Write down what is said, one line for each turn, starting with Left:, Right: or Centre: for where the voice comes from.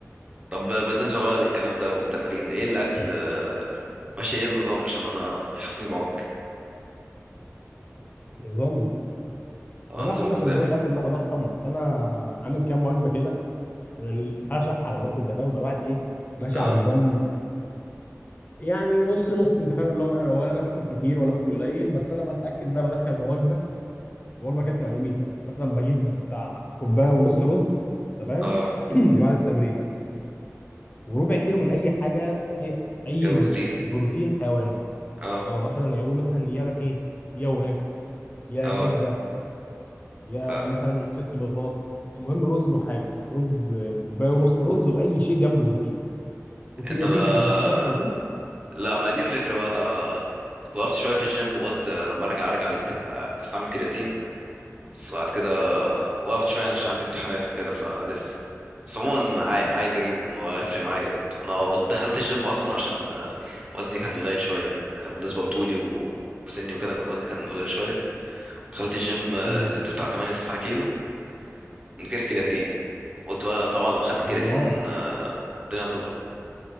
Right: طب بالنسبة بقى للكلام ده والتمارين ايه الأكل آه، ماشي ايه النظام عشان انا حاسس اني بعك
Left: نظام
Right: اه
Left: والله
Right: نظام
Left: حالنا
Right: غذائي
Left: عشان نظام في الاكل ان انا بضخم فانا عامل كام وجبه كده عشان الحاجه شحه دلوقتي انت فاهم فالواحد ايه ماشي
Right: اه
Left: على نظام يعني نص نص انت فاهم اللي هو انا ولا انا باكل كتير ولا باكل قليل بس انا بتاكد ان انا بدخل وجبه وجبه كانت تبقى مميته مثلا بجيب بتاع كوبايه ونص رز انت فاهم
Right: اه
Left: <clears throat> دي بعد التمرين وربع كيلو من اي حاجه في اي
Right: كبروتين
Left: بروتين حيواني
Right: اه
Left: اه مثلا يعني يقول مثلا يا ايه يا وراك يا
Right: اه
Left: كبده يا
Right: ف
Left: مثلا ست بيضات المهم رز وحاجه رز كوبايه ونص رز واي شيء جنبه بروتين وكرياتينك
Right: انت بقى
Left: يا باشا تاخد كرياتين
Right: لا ما دي الفكرة بقى انا كنت وقفت شوية في الجيم وقلت لما ارجع ارجع لك... استعمل كرياتين بس بعد كده وقفت شوية يعني عشان عندي امتحانات وكده فلسه بس عموما عاي- عايز اجيبه إن هو هيفرق معايا جامد انا دخلت الجيم اصلا عشان آه، وزني كان قليل شوية آه، بالنسبة لطولي و- وسني وكده وزني كان قليل شوية دخلت الجيم آه،
Left: <clears throat>
Right: زدت بتاع 8 9 كيلو من غير كرياتين قلت بقى طبعا لو خدت كرياتين
Left: الله
Right: آه، الدنيا هتضرب